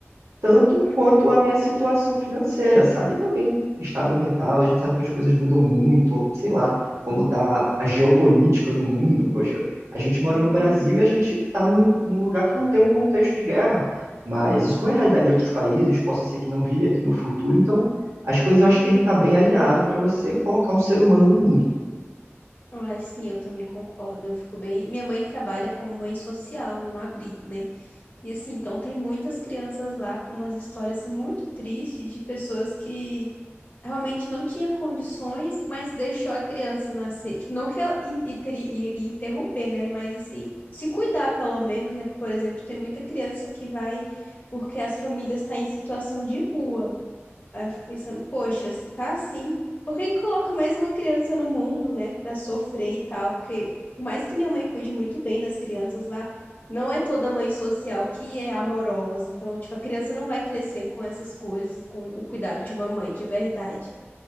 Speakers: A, on the right; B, on the left.
A: tanto
B: uhum,
A: quanto a minha situação financeira, sabe? Também estado mental, a gente sabe que as coisas mudam muito, ou sei lá, como está a geopolítica do mundo. Poxa, a gente mora
B: <laughs>
A: no Brasil e a gente está num, num lugar que não tem um contexto de guerra, mas isso não é realidade de outros países, possa ser que não vire aqui no futuro, então as coisas eu acho
B: uhum.
A: que tem que estar bem alinhado para você colocar um ser humano no mundo.
B: Mas sim, eu também concordo. Eu fico bem. Minha mãe trabalha como mãe social num abrigo, né? E assim, então tem muitas crianças lá com umas histórias assim muito tristes de pessoas que realmente não tinha condições, mas deixou a criança nascer. Tipo, não que ela in- inter- iria interromper, né? Mas assim, se cuidar pelo menos, né? Por exemplo, tem muita criança que vai porque as famílias estão em situação de rua. Aí eu fico pensando, poxa, se tá assim, por que que coloca mais uma criança no mundo, né? Pra sofrer e tal? Porque por mais que minha mãe cuide muito bem das crianças lá, não é toda mãe social que é amorosa. Então, tipo, a criança não vai crescer com essas coisas, com o cuidado de uma mãe, de verdade.